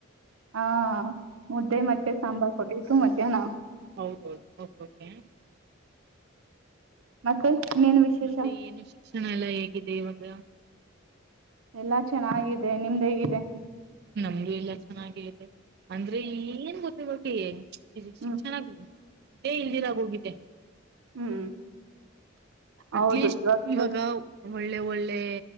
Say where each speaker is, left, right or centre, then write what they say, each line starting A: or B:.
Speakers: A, on the right (about 85°); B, on the right (about 55°).
A: ಹಾ. ಮುದ್ದೆ ಮತ್ತೆ ಸಾಂಬಾರ್ ಕೊಟ್ಟೆ ಇದು ಮ್. ಏನ.
B: ಹೌದೌದುೆ.
A: ಮತ್ತೆ. ಇನ್ನೇನು ವಿಶೇಷ
B: ಮತ್ತೆ ಏನು ಶಿಕ್ಷಣ ಎಲ್ಲ. ಹೇಗಿದೆ ಇವಾಗ.
A: ಎಲ್ಲಾ ಚೆನ್ನಾಗಿದೆ ನಿಮ್ದ ಹೇಗಿದೆ.
B: ನಮ್ದು ಎಲ್ಲ ಚೆನ್ನಾಗ ಇದೆ. ಅಂದ್ರೆ ಏನ್ ಗೊತ್. ಕಿ ಹೋಕಿ. ಇಲ್ಲಿ
A: ಹ್ಮ್
B: ಶಿಕ್ಷಣ. ೇ <inaudible> ಇಲ್ದಿರಗೋಗಿದೆ.
A: ಹ್ಮ್
B: ಅಟ್ಲಿಸ್
A: ಹೌದು ಇವಾಗ
B: ಈವಾಗ. ಒಳ್ಳೆ ಒಳ್ಳೆ